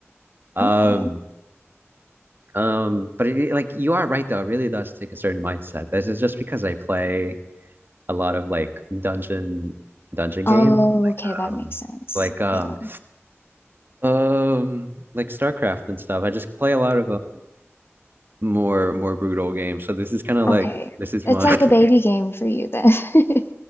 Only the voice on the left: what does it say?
okay.
Oh,
okay,
that makes sense.
Yeah.
Okay.
It's
like a baby
game for you then. <laughs>